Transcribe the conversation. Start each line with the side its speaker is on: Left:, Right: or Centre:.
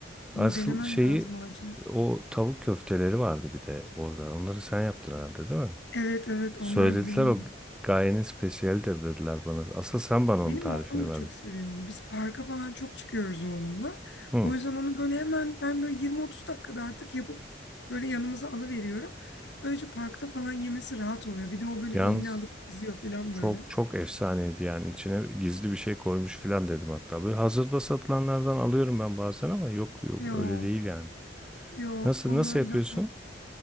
Left: bunu
Centre: Asıl
Left: denemem
Centre: şeyi
Left: lazım acilen.
Centre: o tavuk köfteleri vardı bir de orada. Onları sen yaptın herhalde, değil mi?
Left: Evet evet
Centre: Söylediler
Left: onlar da benim
Centre: o gayenin spesiyeldir dediler bana. Asıl sen bana
Left: Benim
Centre: onun tarifini
Left: oğlum da
Centre: ver.
Left: çok seviyor onu. Biz parka falan çok çıkıyoruz oğlumla.
Centre: Hı.
Left: O yüzden onu böyle hemen ben böyle 20-30 dakikada artık yapıp böyle yanımıza alıveriyorum. Böylece parkta falan yemesi rahat oluyor. Bir de o böyle
Centre: Yalnız
Left: elini alıp izliyor falan
Centre: çok
Left: böyle.
Centre: çok efsaneydi yani içine gizli bir şey koymuş filan dedim hatta. Böyle hazırda satılanlardan alıyorum ben bazen ama yok, yok
Left: Yok,
Centre: öyle değil yani.
Left: yok
Centre: Nasıl
Left: onlar
Centre: nasıl yapıyorsun?
Left: da